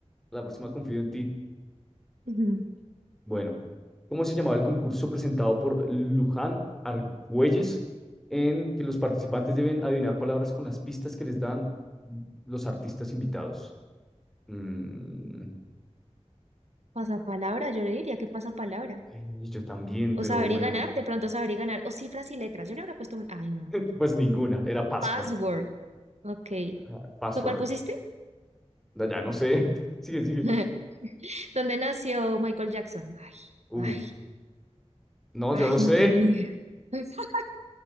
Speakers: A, in the centre; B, on the right.
A: La próxima confío en ti.
B: Ujú.
A: Bueno, ¿cómo se llamaba el concurso presentado por Luján Argüelles en que los participantes deben adivinar palabras con las pistas que les dan los artistas invitados? Mm,
B: Pasapalabra, yo le diría que pasapalabra.
A: y yo también,
B: O
A: pero
B: saber
A: bueno,
B: y ganar, de pronto saber y ganar. O cifras y letras. Yo le habría puesto un... Ay, no.
A: <laughs> pues ninguna, era password.
B: Password. Ok.
A: Ajá, Password.
B: ¿Tú cuál pusiste?
A: No, ya no sé. <laughs> Sigue, sigue.
B: <laughs> ¿Dónde nació Michael Jackson?
A: Uh,
B: Ay,
A: no,
B: ay,
A: yo no
B: ay,
A: sé.
B: no tengo ni idea. <laughs>